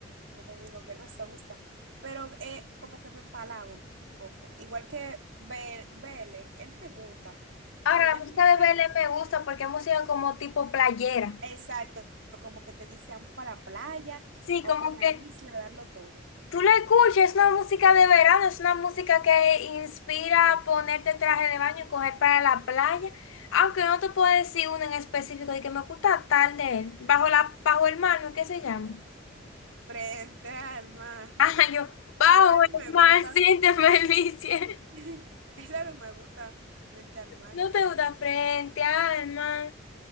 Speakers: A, on the right (about 75°); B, on the left (about 80°).
A: no te digo que no, eso gusta, pero eh, como que me empalago un poco. Igual que Be- Bele, él me gusta,
B: Ahora,
A: pero ya
B: la música
A: como
B: de
A: que,
B: BL me gusta porque es música como tipo playera.
A: exacto, como que te dice, vamos para la playa,
B: Sí,
A: vamos
B: como
A: para
B: que
A: una isla, darlo todo.
B: tú la escuchas, es una música de verano, es una música que inspira a ponerte traje de baño y coger para la playa. Aunque no te puedo decir uno en específico de que me gusta tal de él. Bajo la, bajo el mar, ¿no? ¿Qué se llama? <laughs>
A: Frente al mar.
B: Ah, yo, bajo
A: Esa no
B: el
A: me gusta.
B: mar, siente felicia. <laughs>
A: <laughs> Esa no me gusta. Frente al mar.
B: No te gusta frente al mar.